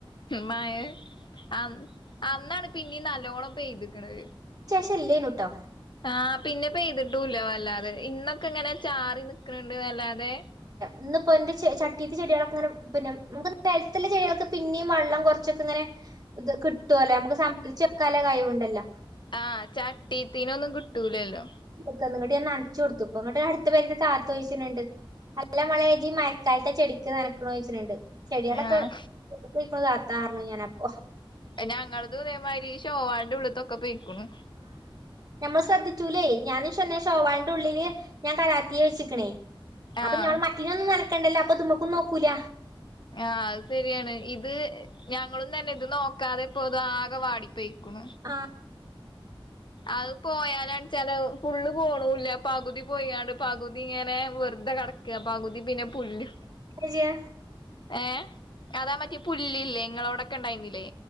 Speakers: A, on the left (about 60°); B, on the right (about 45°).
A: മഴ അമം അന്നാണ് പിന്നെ നല്ലലോണം പെയ്തു <unintelligible>
B: ചെല്ലിനൂടൊ
A: ആ പിന്നെ പെയ്തി ട്ടുല്ല വേല്ലാതെ ഇന്നും ഇവിട്ക്കങ്ങനെ ചാറി നിൽക്കാ നിൽക്ക്ണ്ടല്ലാതെ
B: ഇന്ന് ഇപ്പോ എന്റെ ചട്ടീത്തെ ചെടികളൊക്കെ പിന്നെ നമുക്ക് പരത്ത്ല്ലേ ചെയ്യാ പിന്നിം വെള്ളം കുറച്ചൊക്കെങ്ങനെ കി നമുക്ക് സംഭരിച്ച് വെക്കാനുള്ള കഴിവുണ്ട് അല്ല
A: ആഹ ചട്ടിത്തിീനൊന്നും കിട്ടൂലല്ലോ
B: അങ്ങട്ട ഞാ നനച്ച കൊടുത്ത അപ്പ അങ്ങട്ട് അടുത്ത് വരുന്ന ത ചോദിച്ചിട്ടുണ്ട് നല്ല മളിഈ മയക്കാലത്തെ ചെടിക്ക് നനക്കണന്ന് ചോദിട്ടുണ്ട് ചെടികളൊക്കെ
A: ആഹ്
B: ിക്ക ചത്താു ഞാന അപ്പൊ
A: പിന്നെ ഞങ്ങളത്തേമാതിരി ോവാളിന്റെ ഉള്ളത്തൊക്കെ പോയി ക്കണ
B: നഞമ്മൾ ശ്രദ്ധിച്ചൂലേ ഞാനും ചന ോവാളിന്റെ ഉള്ളില് ഞാൻ കലത്തിയെ വെച്ചിക്കണേ അപ്പൊ
A: ആഹ്
B: ഞങ്ങൾ മറ്റിനൊന്ന്ും ന നക്കണ്ടല്ലോ അപ്പൊ നമ്മുക്ക്ും നോക്കൂല
A: ആ അത് ശരിയാണ് ഇത് ഞങ്ങളന്ന തന്നെ ഇത് നോക്കാതെ ഇപ്പോത് ആകെ വാടിപ്പോയി ക്കണ
B: ആ
A: അത് പോയാലടച്ചാല് ഫുള്ള് പോണില്ല പകുതി പോണ്ട് പകുതി ഇങ്ങനെ വെറുതെ കട പകുതി പിന്നെ പുല്ല്
B: അജാ <unintelligible>
A: ഏ അതാ മറ്റിയ പുല്ില്ലേ നിങ്ങളോട ഒക്കെണ്ടായിുന്നില്ലേ